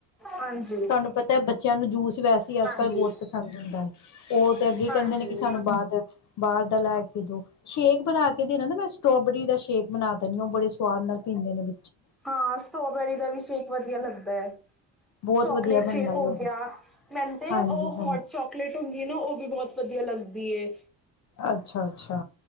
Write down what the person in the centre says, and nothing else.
ਹਾਂਜੀ
ਹਾਂਜੀ
ਹਾਂਜੀ
ਹਾਂ ਸਟ੍ਰੋਬੈਰੀ ਦਾ ਵੀ ਸ਼ੇਕ ਵਧੀਆ ਲੱਗਦਾ ਹੈ
ਚੋਕਲੇਟ
ਸ਼ੇਕ ਹੋ
ਗਿਆ <unintelligible>
ਉਹ
ਹੋਟ ਚੋਕਲੇਟ ਹੁੰਦੀ ਨਾ ਉਹ ਵੀ ਬਹੁਤ ਵਧੀਆ ਲੱਗਦੀ ਏ